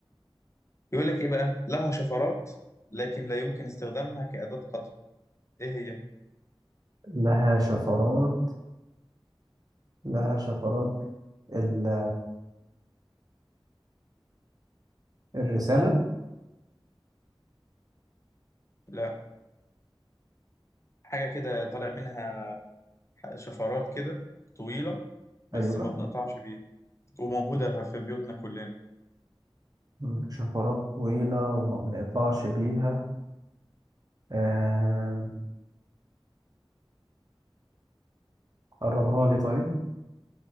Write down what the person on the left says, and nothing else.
يقول لك ايه بقى لها شفرات لكن لا يمكن استخدامها كأداة قطع ايه هي
لا حاجة كده طالع منها شفرات كده طويلة بس
ما بنقطعش بيها وموجودة في بيوتنا كلنا